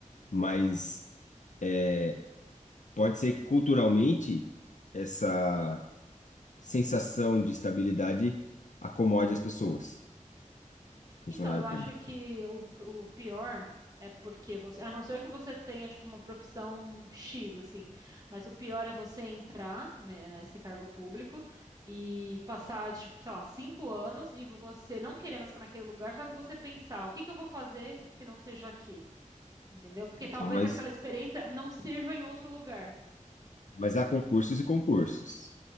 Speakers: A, on the left; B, on the right.
A: mas é, Pode ser que culturalmente essa sensação de estabilidade acomode as pessoas, funcionário
B: Então, eu acho
A: público.
B: que o, o pior é porque você, a não ser que você tenha tipo uma profissão X assim, mas o pior é você entrar, né, nesse cargo público e passar tipo, sei lá, cinco anos e você não querer mais ficar naquele lugar, só que você pensar, o que que eu vou fazer que não seja aqui, entendeu? Porque
A: Então,
B: talvez
A: mas,
B: aquela experiência não sirva em outro lugar.
A: mas há concursos e concursos.